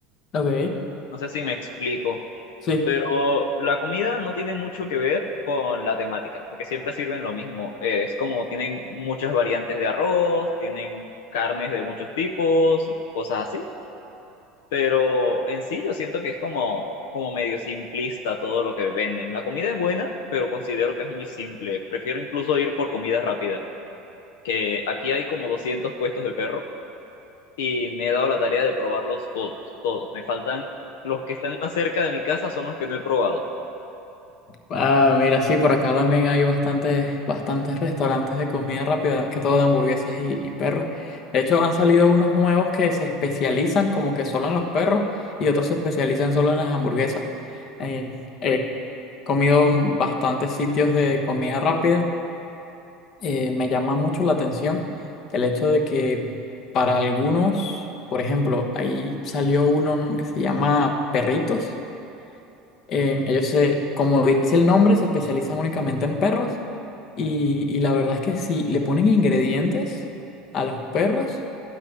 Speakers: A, on the left (about 45°); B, on the left (about 85°).
A: Ok,
B: No sé si me explico,
A: sí.
B: pero la comida no tiene mucho que ver con la temática, porque siempre sirven lo mismo. Eh, Es como tienen muchas variantes de arroz, tienen carnes de muchos tipos y cosas así. Pero en sí yo siento que es como, como medio simplista todo lo que venden. La comida es buena, pero considero que es muy simple. Prefiero incluso ir por comida rápida, que aquí hay como 200 puestos de perro y me he dado la tarea de probarlos todos, todos. Me faltan los que están más cerca de mi casa son los que no he probado.
A: Ah, mira, sí, por acá también hay bastantes, bastantes restaurantes de comida rápida, más que todo de hamburguesas y, y perros. De hecho, han salido unos nuevos que se especializan como que solo en los perros y otros se especializan solo en las hamburguesas. Eh, he comido bastantes sitios de comida rápida eh, me llama mucho la atención el hecho de que para algunos, por ejemplo, ahí salió uno que se llama Perritos. Eh, ellos se, como dice el nombre, se especializan únicamente en perros y, y la verdad es que si le ponen ingredientes a los perros,